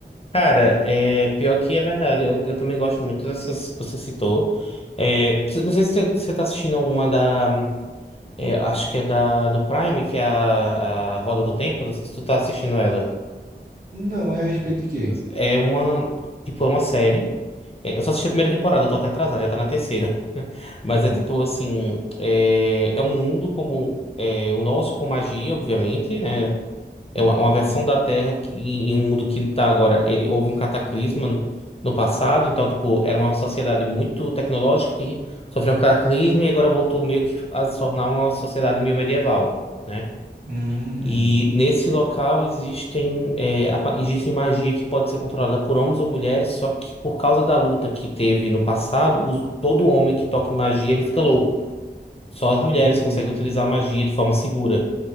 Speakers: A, on the left; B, on the right.
A: Cara, é, pior que é verdade. Eu, eu também gosto muito dessas que você citou. É, você- não sei se você você tá assistindo alguma da. é, acho que é da do Prime, que é a, a Roda do Tempo. Não sei se tu tá assistindo ela.
B: Não, é a respeito de quê?
A: É uma. Tipo, é uma série. É, eu só assisti a primeira temporada, eu tô até atrasado, já tá na terceira. <laughs> Mas
B: Hum,
A: é tipo assim. É, é um mundo como é, o nosso, com magia, obviamente, né? É uma, uma
B: hum,
A: versão da Terra que, em um mundo que não tá agora. Ele houve um cataclisma no passado, então, tipo, era uma sociedade muito tecnológica que sofreu um cataclisma e agora voltou meio que a se tornar uma sociedade meio medieval, né?
B: hum,
A: E nesse local existem, é, a- existe magia que pode ser controlada por homens ou mulheres, só que por causa da luta que teve no passado, os- todo homem que toca em magia, ele fica louco. Só as mulheres
B: entendi.
A: conseguem utilizar a magia de forma segura.